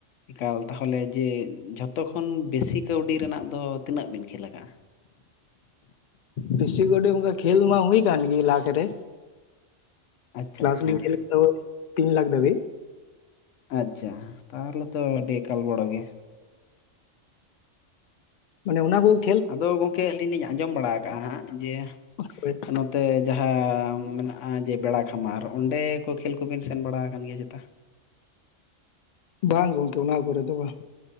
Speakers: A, on the left (about 80°); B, on the left (about 65°).
A: ᱮᱠᱟᱞ ᱛᱟᱦᱚᱞᱮ ᱡᱮ ᱡᱷᱚᱛᱚ ᱠᱷᱚᱱ ᱵᱮᱥᱤ ᱠᱟᱹᱣᱰᱤ ᱨᱮᱱᱟᱜ ᱫᱚ ᱛᱤᱱᱟᱹᱜ ᱵᱤᱱ ᱠᱷᱮᱹᱞ ᱠᱟᱜ-ᱟ?
B: ᱵᱮᱥᱤ ᱠᱟᱹᱣᱰᱤ ᱚᱝᱠᱟ ᱠᱷᱮᱹᱞ ᱢᱟ ᱦᱩᱭ ᱠᱟᱱᱜᱮ ᱞᱟᱠ ᱨᱮ,
A: ᱟᱪᱪᱷᱟ
B: ᱠᱞᱟᱥ
A: ᱟᱪᱪᱷᱟ
B: ᱞᱤᱧ ᱠᱷᱮᱹᱞ ᱛᱚ ᱛᱤᱱ ᱞᱟᱠᱷ ᱫᱷᱟᱵᱤᱡ᱾
A: ᱟᱪᱪᱷᱟ, ᱛᱟᱦᱞᱮ ᱛᱚ ᱟᱰᱤ ᱮᱠᱟᱞ ᱵᱚᱲᱚ ᱜᱮᱭᱟ᱾
B: ᱢᱟᱱᱮ ᱚᱱᱟ ᱵᱚᱞ
A: ᱟᱫᱚ ᱜᱚᱝᱠᱮ ᱟᱹᱞᱤᱧ ᱞᱤᱧ ᱟᱸᱡᱚᱢ ᱵᱟᱲᱟ ᱠᱟᱜ-ᱟ ᱦᱟᱸᱜ ᱡᱮ
B: ᱥᱟᱡᱷᱮ
A: ᱱᱚᱛᱮ ᱡᱟᱦᱟᱸ ᱢᱮᱱᱟᱜ-ᱟ ᱡᱮ ᱵᱮᱲᱟ ᱠᱷᱟᱢᱟᱨ, ᱚᱸᱰᱮ ᱠᱚ ᱠᱷᱮᱹᱞ ᱠᱚᱵᱤᱱ ᱥᱮᱱ ᱵᱟᱲᱟ ᱟᱠᱟᱱ ᱜᱮᱭᱟ ᱪᱮᱛᱟ?
B: ᱵᱟᱝ ᱜᱚᱝᱠᱮ ᱚᱱᱟ ᱠᱚᱨᱮ ᱫᱚ ᱵᱟᱝ᱾